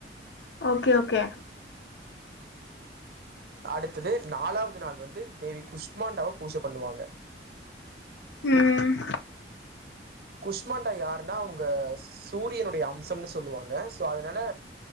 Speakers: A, on the left; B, on the right.
A: ஓகே ஓகே
B: அடுத்தது நாலாவது நாள் வந்து தேவி குஷ் மாண்டாவா பூஜ பண்ணுவாங்க
A: ம்
B: குஷ்மாண்டா யாருன்னா அவுங்க சூரியனுடைய அம்சம்னு சொல்லுவாங்க சோ அதுனால